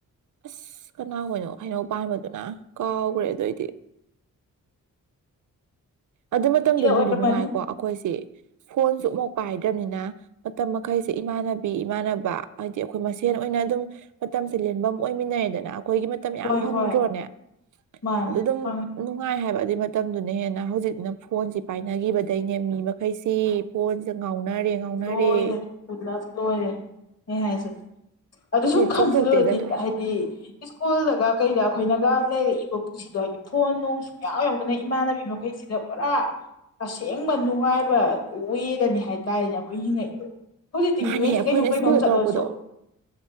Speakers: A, on the right; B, on the left.
A: ꯑꯁ ꯀꯅꯥ ꯍꯅꯣ ꯍꯩꯅꯧ ꯄꯥꯟꯕꯗꯨꯅ ꯀꯥꯎꯈ꯭ꯔꯦ ꯑꯗꯨꯏꯗꯤ ꯑꯗꯨ ꯃꯇꯝꯗꯣ
B: ꯃꯤꯒꯤꯗ ꯑꯣꯏꯔꯝꯃꯅꯤ
A: ꯅꯨꯡꯗꯤ ꯅꯨꯡꯉꯥꯏꯀꯣ ꯑꯩꯈꯣꯏꯁꯤ ꯐꯣꯟꯁꯨꯐꯥꯎ ꯄꯥꯏꯗ꯭ꯔꯕꯅꯤꯅ ꯃꯇꯝ ꯃꯈꯩꯁꯦ ꯏꯃꯥꯟꯅꯕꯤ ꯏꯃꯥꯟꯅꯕ ꯍꯥꯏꯗꯤ ꯑꯩꯈꯣꯏ ꯃꯁꯦꯟ ꯑꯣꯏꯅ ꯑꯗꯨꯝ ꯃꯇꯝꯁꯦ ꯂꯦꯟꯐꯝ ꯑꯣꯏꯃꯤꯟꯅꯩꯗꯅ ꯑꯩꯈꯣꯏꯒꯤ ꯃꯇꯝ ꯌꯥꯝ
B: ꯍꯣꯏ
A: ꯐꯪꯗ꯭ꯔꯣꯅꯦ
B: ꯍꯣꯏ ꯃꯥꯅꯤ
A: ꯑꯗꯨ ꯑꯗꯨꯝ
B: ꯐꯪꯉꯤ
A: ꯅꯨꯡꯉꯥꯏ ꯍꯥꯏꯕ ꯑꯗꯨꯏ ꯃꯇꯝꯗꯨꯅ ꯍꯦꯟꯅ ꯍꯧꯖꯤꯛ ꯅ ꯐꯣꯟꯁꯤ ꯄꯥꯏꯅꯈꯤꯕꯗꯩꯅꯦ ꯃꯤ ꯃꯈꯩꯁꯤ ꯐꯣꯟꯁꯦ ꯉꯥꯎꯅꯔꯦ ꯉꯥꯎꯅꯔꯦ
B: ꯂꯣꯏꯔꯦ ꯄꯨꯜꯂꯞ ꯂꯣꯏꯔꯦ ꯑꯩ ꯍꯥꯏꯁꯤꯒꯦ ꯑꯗꯨ ꯁꯨꯝ
A: ꯃꯤꯠ
B: ꯈꯟꯖꯤꯜꯂꯨꯔꯗꯤ
A: ꯆꯣꯡꯊꯣꯛꯇꯦꯗ ꯉꯥꯏ
B: ꯍꯥꯏꯗꯤ ꯁ꯭ꯀꯨꯜꯗꯒ ꯀꯩꯗ ꯑꯩꯈꯣꯏꯅꯒ ꯂꯩꯔꯛꯏꯕ ꯁꯤꯗꯣ ꯍꯥꯏꯗꯤ ꯐꯣꯟ ꯅꯨꯡꯁꯨ ꯃꯎ ꯌꯥꯎꯗꯅ ꯏꯃꯥꯟꯅꯕꯤ ꯃꯈꯩꯁꯤꯗ ꯄꯨꯔꯥ ꯑꯁꯦꯡꯕ ꯅꯨꯡꯉꯥꯏꯕ ꯋꯦꯔꯅꯤ ꯍꯥꯏꯇꯥꯔꯦꯅꯦ ꯑꯩꯈꯣꯏ ꯍꯤꯡꯉꯩꯗꯣ ꯍꯧꯖꯤꯛꯇꯤ
A: ꯃꯥꯅꯦ
B: ꯃꯤꯍꯩꯁꯤ
A: ꯑꯩꯈꯣꯏꯅ
B: ꯀꯩꯅꯣꯝ ꯀꯩꯅꯣꯝ
A: ꯁ꯭ꯀꯨꯜꯗ
B: ꯆꯠꯂꯁꯨ
A: ꯇꯧꯔꯛꯄꯗꯣ ꯍꯣꯏ